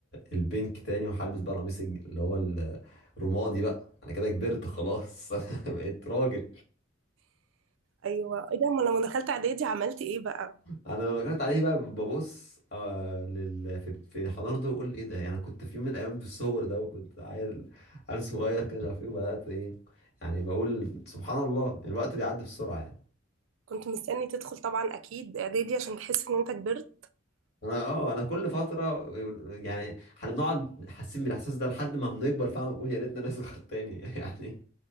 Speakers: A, on the left; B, on the right.
A: البينك تاني وهلبس بقى القميص الج- اللي هو الرمادي بقى انا كده كبرت خلاص <laughs> بقيت راجل
B: ايوه ايه ده امال لما دخلت اعدادي عملت ايه بقى
A: انا لما كنت عليه بقى ببص آه، لل... في في حضانته واقول ايه ده يعني انا كنت في يوم من الايام بالصور ده وكنت عيل عيل صغير كده مش عارف ايه وبدات ايه يعني بقول سبحان الله الوقت بيعدي بسرعه يعني
B: كنت مستني تدخل طبعا اكيد اعدادي عشان تحس ان انت كبرت
A: انا اه انا كل فتره يعني احنا بنقعد حاسين بالاحساس ده لحد ما بنكبر فعلا بنقول يا ريتنا نصغر تاني <laughs> يعني